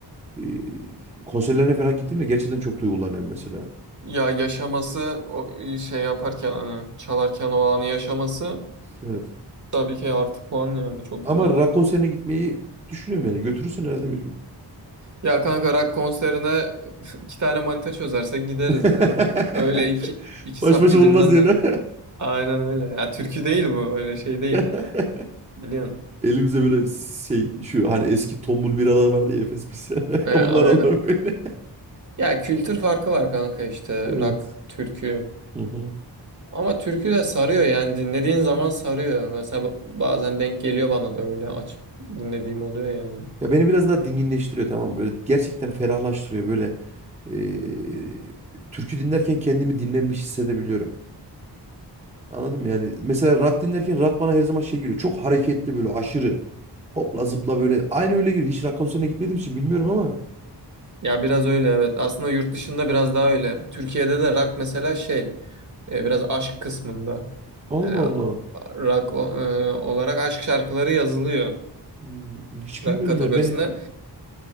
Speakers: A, on the right (about 15°); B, on the right (about 45°).
A: eee konserlerine falan gittiğimde gerçekten çok duygulanıyorum mesela.
B: Ya yaşaması o e, şey yaparken hani çalarken o anı yaşaması
A: Evet.
B: tabii ki artı puan yani çok
A: Ama
B: güzel.
A: rock konserine gitmeyi düşünüyorum yani. Götürürsün herhalde bir gün.
B: Ya kanka rock konserine <laughs> iki tane manita çözersek gideriz
A: <laughs>
B: ya. Öyle iki, iki
A: Baş
B: sap
A: başa
B: gidilmez
A: olmaz yani.
B: ya. Aynen öyle. Ya türkü değil bu öyle şey değil.
A: <laughs>
B: Biliyorsun.
A: Elimize böyle şey şu hani eski tombul biralar vardı ya Efes biz. <laughs>
B: E, aynen.
A: Onlar alalım böyle.
B: Ya kültür farkı var kanka işte
A: Evet.
B: rock, türkü.
A: Hı hı.
B: Ama türkü de sarıyor yani dinlediğin zaman sarıyor. Mesela ba- bazen denk geliyor bana da öyle açıp dinlediğim oluyor yani.
A: Ya beni biraz daha dinginleştiriyor tamam mı? Böyle gerçekten ferahlaştırıyor böyle. eee, türkü dinlerken kendimi dinlenmiş hissedebiliyorum. anladın mı yani. Mesela rock dinlerken rock bana her zaman şey geliyor. Çok hareketli böyle aşırı. Hopla zıpla böyle. Aynı öyle geliyor. Hiç rock konserine gitmediğim için bilmiyorum ama.
B: Ya biraz öyle evet. Aslında yurt dışında biraz daha öyle. Türkiye'de de rock mesela şey e, biraz aşk kısmında.
A: Allah
B: Hani
A: Allah.
B: a- rock o- e, olarak aşk şarkıları yazılıyor
A: Hmm, Hiç
B: rock
A: bilmiyordum
B: kategorisinde.
A: ya. Beni